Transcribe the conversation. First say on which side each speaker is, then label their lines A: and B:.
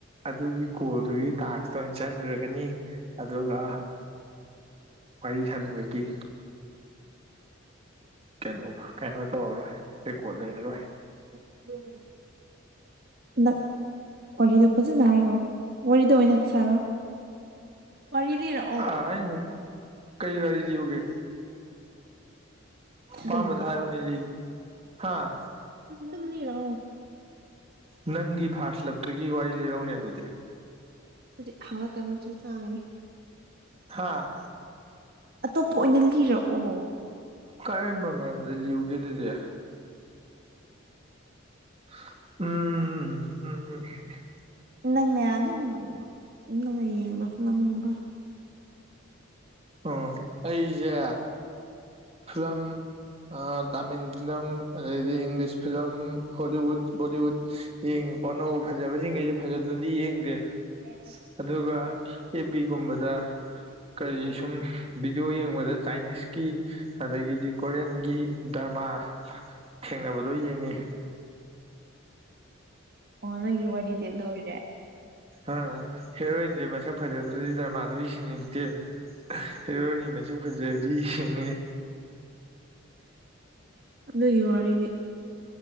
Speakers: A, on the right (about 30°); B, on the right (about 50°).
A: ꯑꯗꯨꯒꯤ ꯀꯣꯜꯗꯨꯒꯤ ꯇꯥꯛꯁꯇ ꯑꯣꯏꯅ ꯆꯪꯈ꯭ꯔꯒꯅꯤ ꯑꯗꯨꯒ ꯋꯥꯔꯤ ꯁꯥꯟꯅꯕꯒꯤ ꯀꯩꯅꯣ ꯀꯩꯅꯣ ꯇꯧꯔꯔꯣꯏ ꯔꯦꯀꯣꯠ ꯂꯩꯔꯔꯣꯏ
B: <unintelligible> ꯋꯥꯔꯤꯗꯣ ꯐꯖꯅ ꯍꯥꯏꯔꯣ ꯋꯥꯔꯤꯗ ꯑꯣꯏꯅ ꯁꯥꯔꯣ ꯋꯥꯔꯤ ꯂꯤꯔꯛꯑꯣ
A: ꯅ ꯍ ꯀꯩ ꯋꯥꯔꯤ ꯂꯎꯒꯦ
B: ꯑꯗꯨꯝ
A: ꯄꯝꯗꯥꯅꯤ ꯂꯤꯒ ꯍꯥꯥ
B: ꯗꯨꯝ ꯂꯤꯔꯛ ꯑ
A: ꯅꯪꯒꯤ ꯐꯥꯔꯁꯂꯞꯇꯨꯒꯤ ꯋꯥꯔꯤ ꯂꯤꯔꯧꯅꯦ ꯑꯗꯨꯗꯤ
B: ꯍꯧꯖꯤ ꯍꯥꯡꯂꯛꯀꯅꯨ ꯁꯤꯣꯏ ꯆꯥꯒꯅꯤ
A: ꯍꯥꯥ
B: ꯑꯇꯣꯞꯄ ꯑꯣꯏꯅ ꯂꯤꯔꯛꯑꯣ
A: ꯀꯔꯝꯕ ꯃꯔꯝꯗ ꯂꯤꯌꯨꯒꯦ ꯑꯗꯨꯗꯤ ꯎꯝ ꯎꯝ ꯎꯝ
B: ꯅꯪꯅꯦ ꯑꯗꯨꯝ ꯅꯪꯅ ꯌꯦꯡꯕ ꯐꯤꯂꯝꯒꯨꯝꯕ
A: ꯎꯝ ꯑꯩꯁꯦ ꯐꯂꯝ ꯑ ꯇꯥꯝꯜ ꯐꯤꯂꯝꯗꯤ ꯏꯪꯂꯤꯁ ꯐꯤꯂꯝ ꯍꯣꯂꯤꯎꯠ ꯎꯠ ꯌꯦꯡꯉꯤꯀꯣ ꯑꯅꯧꯕ ꯐꯖꯕꯖꯤꯡꯖꯤꯖꯨ ꯐꯖꯗ꯭ꯔꯗꯤ ꯌꯦꯡꯗꯦ
B: <unintelligible>
A: ꯑꯗꯨꯒ ꯑꯦꯐ ꯕꯤ ꯒꯨꯝꯕꯗ ꯀꯔꯤ ꯁꯨꯝ ꯚꯤꯗꯤꯑꯣ ꯌꯦꯡꯕꯗ ꯆꯥꯏꯅꯤꯁꯀꯤ ꯑꯗꯒꯤꯗꯤ ꯀꯣꯔꯤꯌꯟꯒꯤ ꯗꯔꯃꯥ ꯊꯦꯡꯅꯕꯗꯣ ꯌꯦꯡꯉꯤ
B: ꯑꯣ ꯅꯪꯒꯤ ꯋꯥꯔꯤꯗꯤ ꯑꯗꯨ ꯑꯣꯏꯔꯦ
A: ꯑ ꯍꯦꯔꯣꯏꯟꯖꯨ ꯃꯁꯛ ꯐꯖꯗ꯭ꯔꯗꯤ ꯗꯔꯃꯥꯗꯣ ꯌꯦꯡꯅꯤꯡꯗꯦ ꯍꯦꯔꯣꯅꯤ ꯃꯁꯛ ꯐꯖꯔꯗꯤ ꯌꯦꯡꯉꯤ
B: ꯑꯗꯨꯒꯤ ꯋꯥꯔꯤꯗꯤ